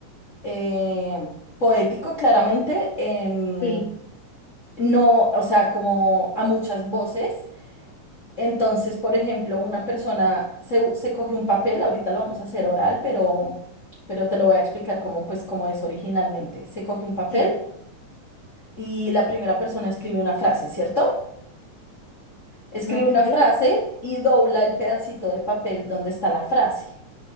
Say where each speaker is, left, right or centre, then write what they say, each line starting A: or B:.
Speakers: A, on the left; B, on the left.
A: eh, poético, claramente, em,
B: Sí,
A: no, o sea, como a muchas voces. Entonces, por ejemplo, una persona se, se coge un papel, ahorita lo vamos a hacer oral, pero, pero te lo voy a explicar cómo, pues, cómo es originalmente. Se coge un papel
B: sí,
A: y la primera persona escribe una frase, ¿cierto? Escribe
B: ok.
A: una frase y dobla el pedacito de papel donde está la frase.